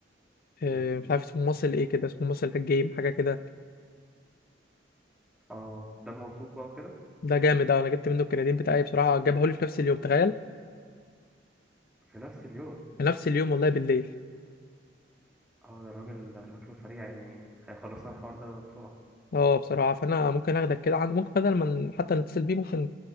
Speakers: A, on the left; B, in the centre.
A: آه،
B: امم
A: مش عارف اسمه مصل ايه كده اسمه مصل الجيم حاجه كده
B: اه ده موثوق بقى وكده
A: ده جامد اوي انا جبت منه الكرياتين بتاعي بصراحه جابه لي في نفس اليوم تخيل
B: في نفس اليوم
A: في نفس اليوم والله بالليل
B: اه ده الراجل شكله سريع يعني هيخلصنا الحوار ده بسرعة
A: اه بصراحه فانا ممكن اخدك كده عند ممكن بدل ما ن- حتى نتصل بيه ممكن